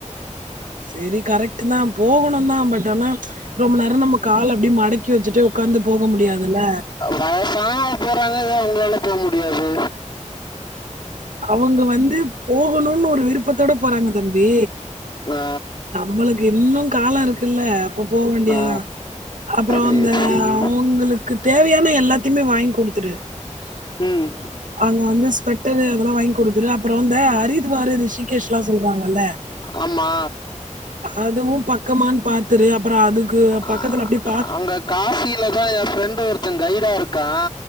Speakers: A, on the right; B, on the left.
A: சரி கரெக்ட்டு தா போகணுந்தா பட் ஆனா ம்ச் ரொம்ப நேர நம்ம கால அப்டி மடக்கி வச்சுட்டு உட்காந்து போக முடியாதுல்ல
B: வயசானவங்க போறாங்க ஏன் உங்களால போக முடியாது
A: அவங்க வந்து போகணுன்னு விருப்பத்தோட போறாங்க தம்பி
B: ஆ
A: நம்மளுக்கு இன்னு கால இருக்கு இல்ல அப்ப போக வேண்டியதா
B: ஆ, ஆ.
A: அப்புற
B: சரி
A: அந்த
B: சரி
A: அவங்குளுக்கு தேவையான எல்லாத்தையுமே வாங்கி குடுத்துரு
B: உம்
A: அங்க வந்து ஸ்வெட் ரூ அதல்லாம் வாங்கி குடுத்துரு அப்புறம் அந்த ஹரித்துவாரு ரிஷிகேஷ்லாம் சொல்றாங்கல்ல
B: ஆமா
A: அதுவும் பக்கமானு பாத்துரு அப்பற அதுக்கு
B: ஆ,
A: பக்கத்துல அப்படிப்
B: அங்க காசியில தா எ ஃப்ரெண்டு் ஒருத்தன் ஃகைடா இருக் கா